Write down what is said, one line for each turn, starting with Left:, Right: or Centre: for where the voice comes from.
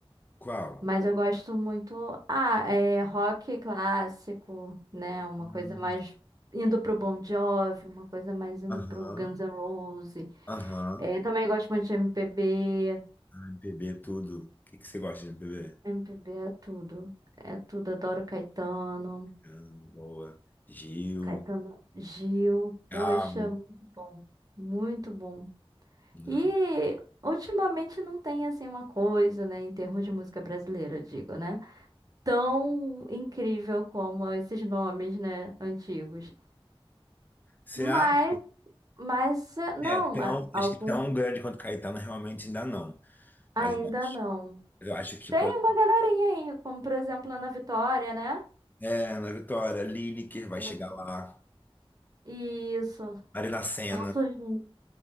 Left: Qual?
Right: Mas eu gosto muito. Ah, é rock clássico, né? Uma
Left: Hum,
Right: coisa mais indo pro Bon Jovi, uma coisa mais indo
Left: Aham,
Right: pro Guns N' Roses.
Left: aham,
Right: É, também gosto muito de MPB.
Left: MPB tudo. O que, que você gosta de MPB?
Right: MPB é tudo. É tudo. Adoro Caetano.
Left: Hum, boa. Gil,
Right: Caetano Gil. Poxa,
Left: Gal.
Right: muito bom. Muito bom.
Left: hum.
Right: E ultimamente não tem assim uma coisa, né? Em termos de música brasileira, eu digo, né? Tão incrível como esses nomes, né? Antigos.
Left: Você
Right: Mas,
Left: acha?
Right: mas eh, não,
Left: É, tão,
Right: a- algum
Left: acho que tão grande quanto Caetano realmente ainda não.
Right: ainda
Left: Mas eu acho,
Right: não.
Left: eu acho que,
Right: Tem
Left: por,
Right: uma galerinha aí, como por exemplo a Ana Vitória, né?
Left: é, na Vitória, Lineker vai
Right: Ana
Left: chegar
Right: Vi-
Left: lá.
Right: Isso,
Left: Marina Sena.
Right: estão surgindo,